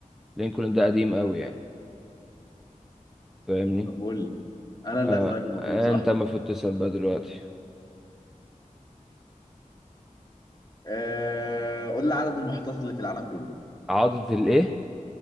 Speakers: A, in the centre; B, on the left.
A: لينكولن ده قديم قوي يعني فاهمني
B: طب قول لي انا اللي
A: آه
B: هسألك المفروض
A: آه،
B: صح
A: انت المفروض تسأل بقى دلوقتي
B: آه، قول لي عدد المحيطات اللي في العالم كله
A: عضة الايه